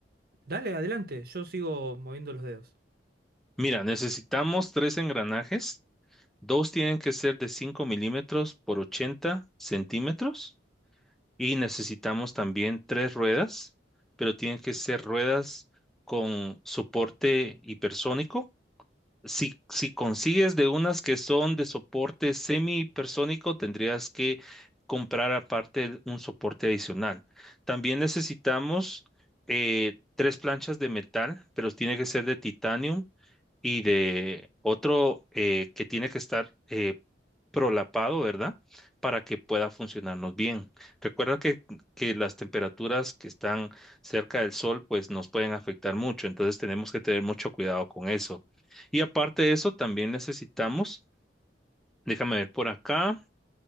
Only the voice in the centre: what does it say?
Mira, necesitamos tres engranajes Dos tienen que ser de 5 milímetros por 80 centímetros y necesitamos también tres ruedas, pero tienen que ser ruedas con soporte hipersónico. Si, si consigues de unas que son de soporte semi hipersónico, tendrías que comprar aparte un soporte adicional. También necesitamos eh, tres planchas de metal, pero tiene que ser de titanio y de otro eh, que tiene que estar eh, prolapado, ¿verdad? Para que pueda funcionarnos bien. Recuerda que, que las temperaturas que están cerca del sol, pues nos pueden afectar mucho, entonces tenemos que tener mucho cuidado con eso. Y aparte de eso, también necesitamos, déjame ver por acá.